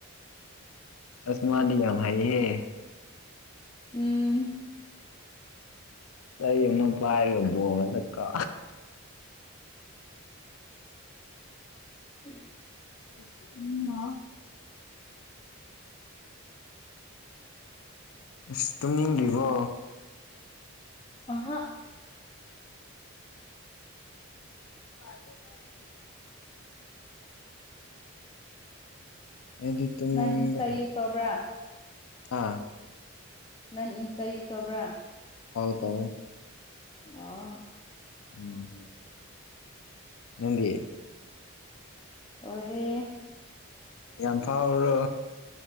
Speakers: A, on the left; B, on the left.
A: ꯑꯁꯃꯗ ꯌꯥꯝ ꯍꯥꯏꯥꯏ ꯍꯦ
B: ꯎꯝ
A: ꯑꯩ ꯑꯃ ꯄꯥꯏꯔꯒꯕꯣ ꯉꯗ ꯀꯥ
B: ꯎꯝ
A: ꯎꯝ ꯂ ꯑꯁ ꯇꯨꯝꯅꯤꯡꯗ꯭ꯔꯤꯕꯣ
B: ꯑꯍ
A: ꯑꯟꯏꯟꯇꯦꯜꯂꯤꯖꯦꯕꯜ ꯑꯩꯗꯤ ꯇꯨꯝꯕ
B: ꯅꯪ ꯏꯟꯁꯇꯥ ꯌꯨꯁ ꯇꯧꯕ꯭ꯔꯥ
A: ꯑꯥ
B: ꯅꯪ ꯏꯟꯇ ꯏ ꯁꯣꯕ꯭ꯔꯥ
A: ꯑꯥꯎ ꯇꯧꯋꯦ
B: ꯑꯥ
A: ꯎꯝ ꯅꯪꯗꯤ
B: ꯑꯣꯔꯦ
A: ꯌꯥꯝ ꯐꯥꯎ꯭ꯔꯣ